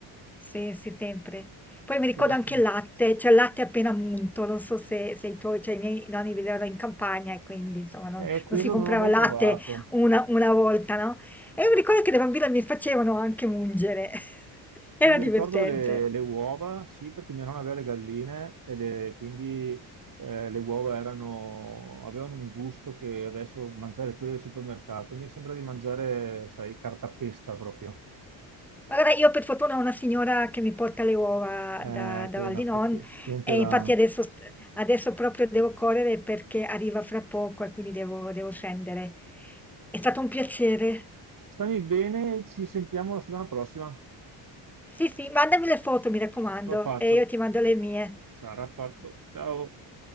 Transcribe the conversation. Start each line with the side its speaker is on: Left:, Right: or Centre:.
Centre: Sì, sì, sempre. Poi mi ricordo
Right: Quella sempre.
Centre: anche il latte, cioè il latte appena munto, non so se, se i tuoi, cioè i miei nonni vivevano in campagna e quindi insomma non,
Right: Eh, quello
Centre: non si comprava
Right: non l'ho mai
Centre: latte
Right: provato.
Centre: una, una volta, no? E mi ricordo che le bambine mi facevano anche mungere, <laughs> era
Right: Io mi
Centre: divertente.
Right: ricordo le, le uova, sì, perché mia nonna aveva le galline e le- quindi eh, le uova erano, avevano un gusto che adesso mangiare quelle del supermercato mi sembra di mangiare, sai, cartapesta proprio.
Centre: Allora, io per fortuna ho una signora che mi porta le uova
Right: Eh,
Centre: da, da
Right: quella
Centre: Val
Right: è una
Centre: di Non
Right: fortuna. Era...
Centre: e infatti adesso, st- adesso proprio devo correre perché arriva fra poco e quindi devo, devo scendere. È stato un piacere.
Right: Stammi bene, ci sentiamo la settimana prossima.
Centre: Sì, sì, mandami le foto, mi raccomando,
Right: Lo faccio.
Centre: e io ti mando le mie.
Right: Sarà fatto. Ciao.